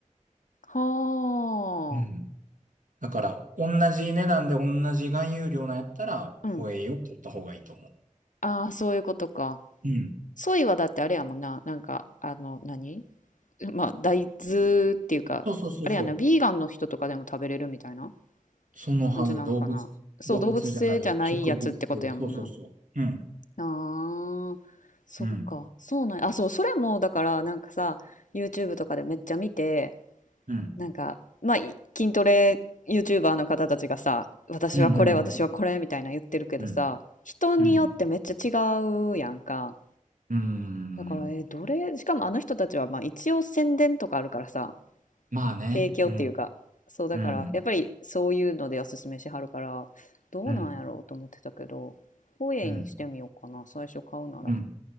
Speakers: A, on the left (about 75°); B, on the right (about 80°).
A: は
B: うん。だから、同じ値段で同じ含有量なんやったら、
A: あ。うん。
B: ホエイを取った方がいいと思う。
A: ああ、そういうことか。
B: うん。
A: ソイはだってあれやもんな。なんか、あの、何まあ、大豆っていうか、
B: そうそうそうそう。
A: あれやな、ビーガンの人とかでも食べれるみたいな
B: そのはず、
A: 感じなんかな。
B: 動物、
A: そう、
B: 動物じゃない、
A: 動物性じゃないやつってことやもんな。
B: 植物性、そうそうそう。うん、
A: ああ、そっか。
B: うん、
A: そうなんや。あ、そう、それも、だから、なんかさ、YouTube とかでめっちゃ見て、
B: うん、
A: なんか、まあ、い筋トレ YouTuber の方たちがさ、私はこれ、
B: うん、
A: 私はこれみたいな言ってるけどさ、
B: うん、
A: 人によってめっちゃ違うやんか。
B: うん、うん、うん、
A: だから、え、どれ、しかもあの人たちは、まあ、一応宣伝とかあるからさ、
B: まあね、
A: 提供っていうか、
B: うん、
A: そうだから、
B: うん、
A: やっぱりそういうのでおすすめしはるから、どうなんやろうと思ってたけど、
B: うん、
A: ホエイにしてみようかな、
B: うん、
A: 最初買うなら。
B: うん、